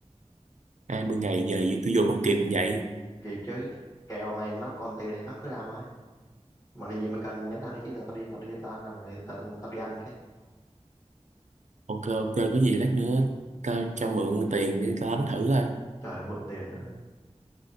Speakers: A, on the right; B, on the left.
A: hai mươi ngày giờ gì tôi vô còn kịp không vậy?
B: kịp chứ kèo này nó còn tiền thì nó cứ làm thôi mà cái gì mà cần mình nhắn tao đi chứ giờ tao đi tao đi tao ăn đồng này tao, tao, tao đi ăn cái
A: Ok ok có gì lát nữa ta cho mượn tiền để ta đánh thử coi.
B: trời ơi mượn tiền nữa